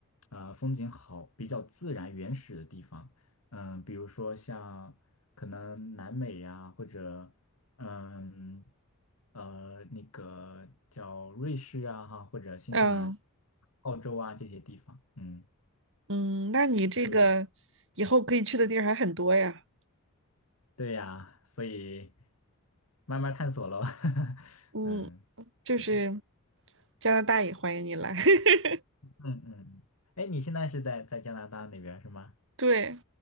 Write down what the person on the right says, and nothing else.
嗯
嗯，那你这个以后可以去的地儿还很多呀。
嗯，
就是
加拿大也欢迎你来。<laughs>
对，